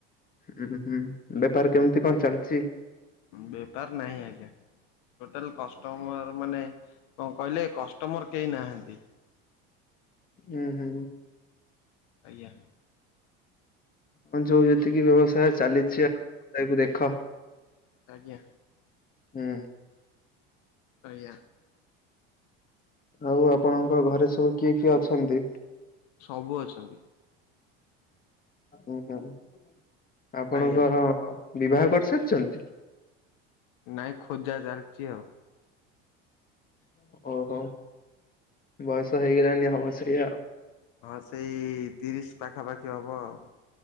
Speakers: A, on the left; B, on the left.
A: ହୁଁ ହୁଁ ବେପାର କେମିତି କଣ ଚାଲିଚି?
B: ବେପାର ନାହିଁ ଆଜ୍ଞା। ଟୋଟାଲ କଷ୍ଟମର ମାନେ କଣ କହିଲେ କଷ୍ଟମର କେହି ନାହାନ୍ତି।
A: ହୁଁ ହୁଁ।
B: ଆଜ୍ଞା।
A: ହଁ ଯୋଉ ଯେତିକି ବ୍ୟବସାୟ ଚାଲିଚି ଆଉ ତାକୁ ଦେଖ।
B: ଆଜ୍ଞା।
A: ହୁଁ।
B: ଆଜ୍ଞା।
A: ଆଉ ଆପଣଙ୍କ ଘରେ ସବୁ କିଏ କିଏ ଅଛନ୍ତି?
B: ସବୁ ଅଛନ୍ତି।
A: ହ ହଁ ଆପଣଙ୍କର
B: ଆଜ୍ଞା
A: ବିବାହ କରିସାରିଛନ୍ତି?
B: ନାଇଁ ଖୋଜା ଚାଲିଚି ଆଉ।
A: ହୁଁ। ଓହୋ ବୟସ ହେଇଗଲାଣିି ହବ ସେୟା ଆଉ।
B: ହଁ ସେଇ ତିରିଶ ପାଖାପାଖି ହବ ଆଉ।